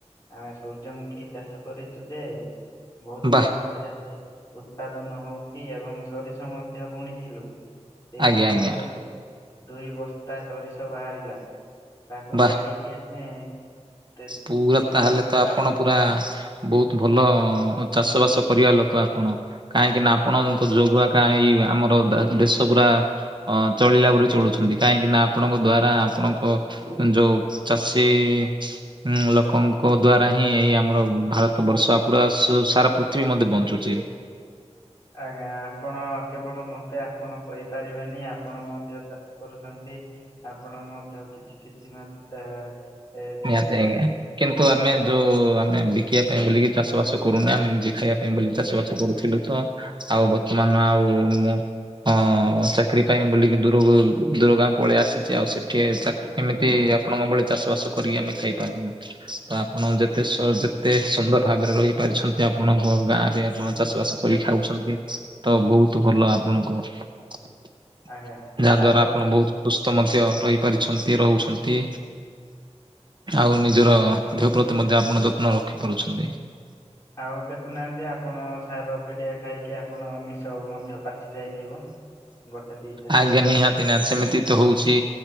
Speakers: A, on the left; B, on the right.
A: ଆମେ ସୂର୍ଯ୍ୟମୁଖୀ ଚାଷ କରିଚୁ ଯେ ବହୁତ
B: ବାଃ
A: ମାତ୍ରାରେ ଉତ୍ପାଦନ ହଉଛି, ଆଉ ଏବଂ ସୋରିଷ ମଧ୍ୟ ବୁଣିଥିଲୁ, ଏଇଠୁ
B: ଆଜ୍ଞା ଆଜ୍ଞା
A: ମଧ୍ୟ ଦୁଇ ବସ୍ତା ସୋରିଷ ବାହାରିଲା, ତାକୁ
B: ବାଃ
A: ପେଡିକି ଆମେ ତେ
B: ପୁରା
A: ତିନି
B: ତାହେଲେ
A: ଡବା
B: ତ ଆପଣ ପୁରା ବହୁତ ଭଲ ଚାଷବାସ କରିଆ ଲୋକ ଆପଣ। କାହିଁକିନା ଆପଣଙ୍କ ଯୋଗୁଁ କାଇଁ ଆମର ଦେଶପୁରା ଅ ଚଳିଲାପରି ଚଳୁଛନ୍ତି, କାହିଁକିନା ଆପଣଙ୍କ ଦ୍ଵାରା ଆପଣଙ୍କ ଯୋଉ ଚାଷୀ ଉଁ ଲୋକଙ୍କ ଦ୍ଵାରା ହିଁ, ଏଇ ଆମର ଭାରତ ବର୍ଷ ପୁରା ସାରା ପୃଥିବୀ ମଧ୍ୟ ବଞ୍ଚୁଚି।
A: ଆଜ୍ଞା ଆପଣ କେବଳ ମତେ ଆପଣ କହିପାରିବେନି, ଆପଣ ମଧ୍ୟ ତ କରୁଚନ୍ତି, ଆପଣ ମଧ୍ୟ କିଛି କିଛି ମାତ୍ରା ଏ ସେଥିରେ
B: ନିହାତି ଆଜ୍ଞା।
A: <unintelligible>
B: କିନ୍ତୁ ଆମେ ଯୋଉ ଆମେ ବିକିବା ପାଇଁ ବୋଲିକି ଚାଷ ବାସ କରୁନା, ଆମେ ନିଜେ ଖାଇବା ପାଇଁ ବୋଲି ଚାଷ ବାସ କରୁଥିଲୁ ତ। ଆଉ ବର୍ତ୍ତମାନ ଆଉ ମୁଁ ହଁ ଚାକିରି ପାଇଁ ବୁଲିକି ଦୂର ଦୂର ଗାଁ ପଳେଇ ଆସିଛି, ଆଉ ସେଠି <unintelligible> ଏମିତି ଆଉ ଆପଣଙ୍କ ଭଳି ଚାଷ ବାସ କରିକି ଆମେ ଖାଇପାରୁନୁ, ତ ଆପଣ ଯେତେ ଯେତେ ସୁନ୍ଦର ଭାବରେ ରହିପାରିଛନ୍ତି, ଆପଣଙ୍କ ଗାଁରେ ଆପଣ ଚାଷ ବାସ କରି ଖାଉଛନ୍ତି। ତ ବହୁତ ଭଲ ଆପଣଙ୍କୁ। ଯାହା
A: ଆଜ୍ଞା ଆଉ
B: ଦ୍ୱାରା ଆପଣ
A: ଦେଖନ୍ତୁ,
B: ବହୁତ ସୁସ୍ଥ ମଧ୍ୟ ରହିପାରିଛନ୍ତି, ରହୁଛନ୍ତି। ଆଉ ନିଜର
A: ହଁ
B: ଦେହ ପ୍ରତି ମଧ୍ୟ ଆପଣ ଯତ୍ନ ରଖି ପାରୁଛନ୍ତି।
A: ଆଉ ଦେଖୁନାହାନ୍ତି ଆପଣ ସାର ପିଡ଼ିଆ ଖାଇକି, ଆପଣ ନିଶ ମଧ୍ୟ ପାଚି ଯାଇଥିବ। ଗୋଟେ ଦିଟା
B: ଆଜ୍ଞା ନିହାତି। ଦିନା କେତେ ସେମିତି ତ ହଉଛି,